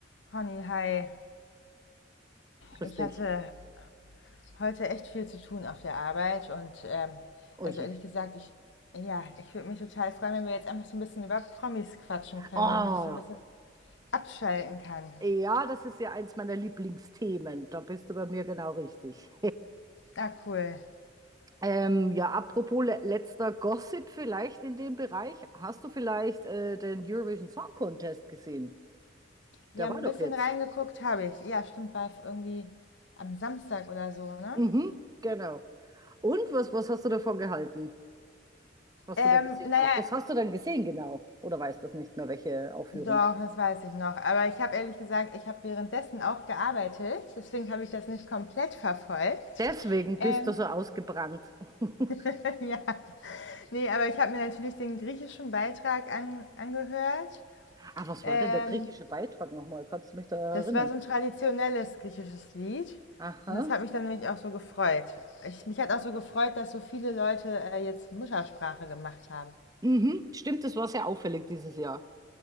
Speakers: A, on the left (about 80°); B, on the right (about 20°).
A: Conny, hi.
B: Grüß
A: Ich
B: dich.
A: hatte heute echt viel zu tun auf der Arbeit und ähm,
B: Oh
A: also
B: je.
A: ehrlich gesagt, ich, ja, ich würde mich total freuen, wenn wir jetzt einfach so ein bisschen über Promis quatschen können,
B: Oh,
A: damit ich so ein bisschen abschalten kann.
B: ja, das ist ja eins meiner Lieblingsthemen. Da bist du bei mir genau richtig.
A: Ah, cool.
B: <laughs> ähm, ja, apropos le letzter Gossip vielleicht in dem Bereich. Hast du vielleicht äh, den Eurovision Song Contest gesehen?
A: Ja,
B: Der
A: ein
B: war doch
A: bisschen
B: jetzt.
A: reingeguckt habe ich. Ja, stimmt, war irgendwie am Samstag oder so, ne?
B: Mhm, genau. Und was, was hast du davon gehalten, was
A: Ähm,
B: du da gesehen
A: naja,
B: hast? Was hast du denn gesehen genau? Oder weißt du das nicht mehr, welche Aufführung?
A: doch, das weiß ich noch. Aber ich habe ehrlich gesagt, ich habe währenddessen auch gearbeitet. Deswegen habe ich das nicht komplett verfolgt.
B: Deswegen
A: Ähm,
B: bist du so ausgebrannt. <laughs>
A: <laughs> ja. Nee, aber ich habe mir natürlich den griechischen Beitrag an, angehört.
B: Ah, was
A: Ähm,
B: war denn der griechische Beitrag nochmal? Kannst du mich da erinnern?
A: das war so ein traditionelles griechisches Lied.
B: Aha.
A: Und das hat mich dann nämlich auch so gefreut. Ich, mich hat auch so gefreut, dass so viele Leute äh, jetzt Muttersprache gemacht haben.
B: Mhm. Stimmt, das war sehr auffällig dieses Jahr.